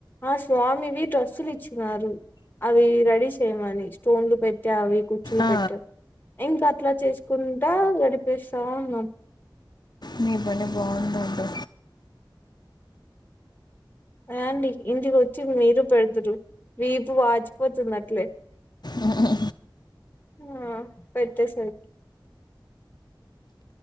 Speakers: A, on the left; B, on the left.
A: ఆ స్వామివి డ్రస్సులు ఇచ్చి అవి రెడీ చేయమని స్టోన్లు పెట్టా అవి కుర్చులు
B: ఆ,
A: పెట్ట ఇంకా అట్లా చేసుకుంటా గడిపేస్తాన్నాం
B: మీ పని బాగుందండి
A: రా అండి ఇంటికి వచ్చి మీరు పెడతురు వీపు వాచిపోతుంది అట్లే
B: ఆ
A: ఆ పెట్టెసారు